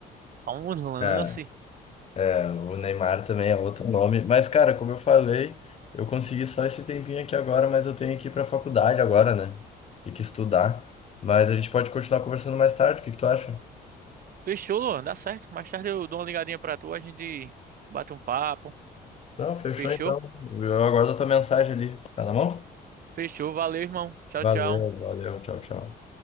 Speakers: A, on the right; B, on the left.
A: Dá um lance
B: É. Então, O Neymar também é outro nome. Mas, cara, como eu falei, eu consegui só esse tempinho aqui agora, mas eu tenho que ir pra faculdade agora, né? Tem que estudar. Mas a gente pode continuar conversando mais tarde, o que que tu acha?
A: Fechou, Luan, dá certo. Mais tarde eu dou uma ligadinha pra tu, a gente bate um papo.
B: Não, fechou
A: Fechou?
B: então. Eu aguardo a tua mensagem ali. Tá na mão?
A: Fechou, valeu, irmão. Tchau,
B: Valeu,
A: tchau.
B: valeu. Tchau, tchau.